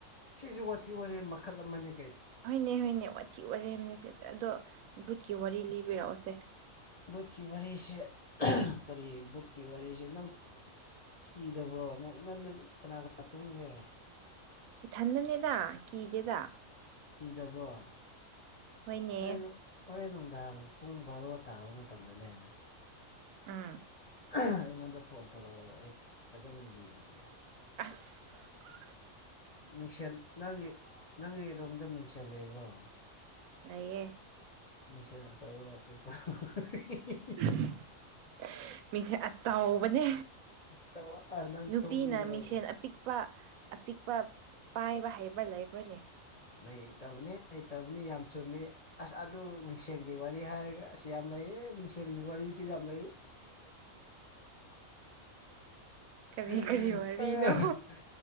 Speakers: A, on the left; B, on the right.
A: ꯁꯤꯖꯨ ꯋꯥꯊꯤ ꯋꯥꯔꯦꯝ ꯃꯈꯜ ꯑꯃꯅꯦ
B: ꯍꯣꯏꯅꯦ ꯍꯣꯏꯅꯦ ꯋꯥꯊꯤ ꯋꯥꯔꯦꯝꯅꯦ ꯁꯦꯁꯦ ꯑꯗꯣ ꯚꯨꯠꯀꯤ ꯋꯥꯔꯤ ꯂꯤꯕꯤꯔꯛꯑꯣꯁꯦ
A: ꯨꯕꯨꯠꯀꯤ ꯋꯥꯔꯤꯁꯦ ꯑꯍꯝ ꯀꯔꯤ ꯕꯨꯠꯀꯤ ꯋꯥꯔꯤꯖꯦ ꯅꯪ ꯀꯤꯗꯕ꯭ꯔꯣ ꯅꯪ ꯅꯟꯅꯟ ꯀꯅꯥ ꯀꯅꯥ ꯇꯨꯝꯒꯦ
B: ꯏꯊꯟꯗꯅꯦꯗ ꯀꯤꯗꯦꯗ
A: ꯀꯤꯗꯕ꯭ꯔꯣ
B: ꯍꯣꯏꯅꯦ
A: ꯐꯔꯦꯗꯣ ꯍꯣꯔꯦꯟ ꯅꯨꯡꯗꯥꯡ ꯄꯨꯡ ꯚꯥꯔꯣ ꯇꯥꯕ ꯃꯇꯝꯗꯅꯦ
B: ꯎꯝ
A: ꯑꯍꯡ ꯑꯩꯉꯣꯟꯗ ꯐꯣꯟ ꯇꯧꯔꯛꯑꯣ ꯑꯩ ꯐꯖꯅ ꯂꯤꯕꯤꯒꯦ
B: ꯑꯁꯁ
A: ꯃꯤꯡꯁꯦꯡ ꯅꯪꯒꯤ ꯅꯪꯒꯤ ꯔꯨꯝꯗ ꯃꯤꯡꯁꯦꯜ ꯂꯩꯕ꯭ꯔꯣ
B: ꯂꯩꯌꯦ
A: ꯃꯤꯁꯦꯟ ꯑꯆꯧꯕꯔꯣ ꯑꯄꯤꯛꯄꯔꯣ ꯍꯍꯨꯍꯨꯍꯨꯍꯨꯍꯤꯍꯤꯍꯤ
B: <unintelligible> ꯃꯤꯡꯁꯦꯟ ꯑꯆꯥꯎꯕꯅꯦ
A: ꯑꯆꯧꯕ ꯅꯪ
B: ꯅꯨꯄꯤꯅ
A: ꯇꯨꯝꯒꯗꯧꯕ
B: ꯃꯤꯡꯁꯦꯟ ꯑꯄꯤꯛ ꯄ ꯑꯄꯤꯛꯄ ꯄꯥꯏꯕ ꯍꯩꯕ ꯂꯩꯕ꯭ꯔꯣꯅꯦ
A: ꯂꯩꯇꯕꯅꯦ ꯂꯩꯇꯕꯅꯦ ꯌꯥꯝ ꯆꯨꯝꯃꯤ꯫ ꯑꯁ ꯑꯗꯨ ꯃꯤꯡꯁꯦꯟꯒꯤ ꯋꯥꯔꯤ ꯍꯥꯏꯔꯒ ꯑꯁ ꯌꯥꯝ ꯂꯩꯌꯦ ꯃꯤꯡꯁꯦꯟꯒꯤ ꯋꯥꯔꯤꯁꯨ ꯌꯥꯝ ꯂꯩ꯫
B: ꯀꯔꯤ
A: <unintelligible>
B: ꯀꯔꯤ ꯋꯥꯔꯤꯅꯣ